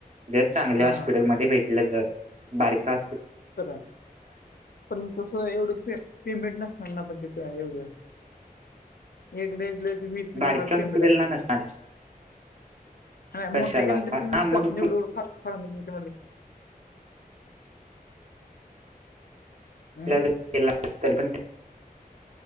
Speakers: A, on the right (about 50°); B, on the left (about 80°).
A: जर चांगल्या
B: हा
A: हॉस्पिटलमध्येध्ये
B: हा
A: भेटलं तर बारक हप.
B: खरा पण तस एवढं पेमेंट नसताना पण तिथे एवढं. एक लट वीस
A: बारक्या
B: ह
A: हॉस्पिटलला
B: पेमेंट असते
A: नसणार
B: त आणि
A: कशाला
B: मोटरसायकल तर
A: हा
B: विश्वास
A: मग
B: निवडरच्या
A: तू <unintelligible>
B: हं?